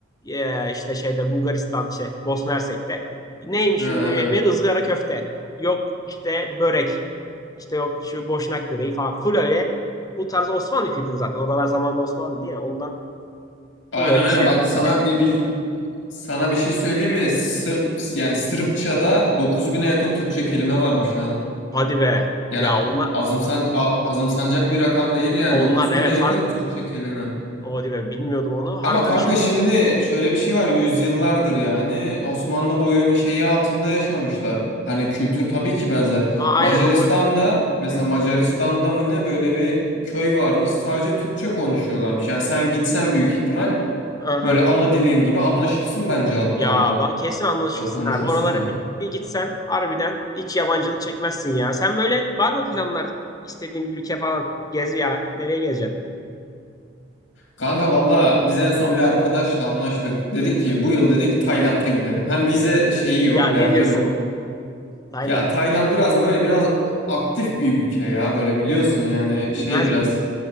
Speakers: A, on the left; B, on the left.
A: Ee, işte şeyde Bulgaristan şey Bosna Hersek'te. Neymiş
B: Ha,
A: ünlü
B: evet.
A: yemeği? Izgara köfte. Yok işte börek. İşte yok şu boşnak böreği falan. Full öyle bu tarz Osmanlı kültürü zaten. Oralar zamanında Osmanlı niye? Ondan full
B: Aynen
A: öyle
B: aynen
A: şeyler
B: bak
A: var
B: sana
A: ya.
B: bir, bil- sana bir şey söyleyeyim mi? Sırp yani Sırpça'da 9000'e yakın Türkçe kelime varmış ha.
A: Hadi be.
B: Yani
A: Ya onlar
B: azımsan a- azımsanacak bir rakam değil yani
A: onlar
B: 9000'e
A: evet
B: yakın
A: harbi
B: Türkçe kelime.
A: hadi be bilmiyordum onu.
B: Ama
A: Harbiden
B: kanka
A: işte.
B: şimdi şöyle bir şey var yüzyıllardır yani Osmanlı boyun şeyi altında yaşamışlar. Hani kültür tabii ki benzer.
A: Aa,
B: Macaristan'da
A: Aynen o
B: mesela
A: Hı.
B: Macaristan'da mı ne böyle bir köy varmış sadece Türkçe konuşuyorlarmış. Yani sen gitsen büyük ihtimal
A: Aha.
B: böyle ana dilin gibi anlaşırsın bence adamlarla
A: Ya va- kesin anlaşırsın
B: konuşursun
A: abi. Oralara
B: yani.
A: bir, bir gitsen harbiden hiç yabancılık çekmezsin ya. Sen böyle var mı planlar istediğin bir ülke falan? Gez ya. Nereye gezeceksin?
B: Kanka valla biz en son bir arkadaşla anlaştık. Dedik ki bu yıl dedik Tayland'a gidelim. Hem vize şeyi yok
A: Ya ne
B: derdi
A: diyorsun?
B: yok.
A: Tayland.
B: Ya Tayland biraz böyle biraz aktif bir ülke ya böyle biliyorsun yani
A: Bilmez
B: şey biraz
A: miyim?